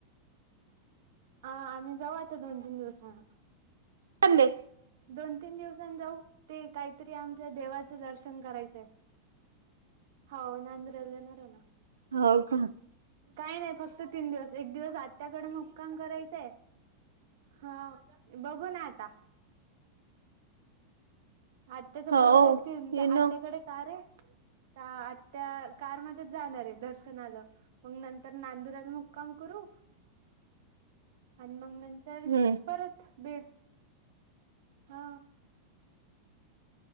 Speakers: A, on the right; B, on the right.
A: आ आम्ही जाऊ आता दोन तीन दिवसांना.
B: ले
A: दोन तीन दिवसां जाऊ ते काहीतरी आमच्या देवाचं दर्शन करायचं आहे. हो नंद्रला न रे ना.
B: हो का
A: काही नाही फक्त तीन दिवस एक दिवस आत्याकडे मुक्काम करायच हा बघू ना आता आत्याचा
B: हो
A: पोरगाततील त्या
B: ये
A: आत्याकडे
B: ना
A: का रे. आ त्या कारमध्येध्ये जाणार आहे दर्शनाला मग नंतर नांदुरला मगकाम करू आणि मग नंतर
B: हम्म
A: परत बीड हा.